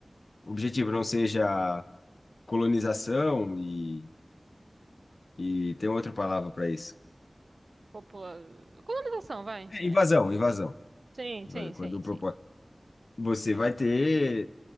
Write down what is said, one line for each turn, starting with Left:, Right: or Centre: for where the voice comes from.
Left: objetivo não seja colonização e, e tem outra palavra para isso.
Right: Popula... Colonização, vai.
Left: É
Right: É.
Left: invasão, invasão.
Right: Sim, sim, sim,
Left: Quando propõe,
Right: sim.
Left: você
Right: É.
Left: vai ter,